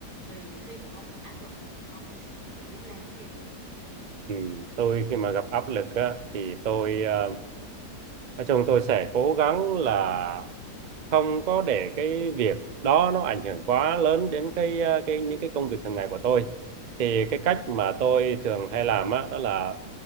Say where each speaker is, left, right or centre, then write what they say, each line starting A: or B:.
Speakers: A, on the right; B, on the right.
A: thì khi mà ông áp lực thì ông sẽ kiểu làm cái gì
B: ừ. tôi khi mà gặp áp lực á thì tôi à, nói chung tôi sẽ cố gắng là không có để cái việc đó nó ảnh hưởng quá lớn đến cái ờ, cái những cái công việc thường ngày của tôi thì cái cách mà tôi thường hay làm á đó là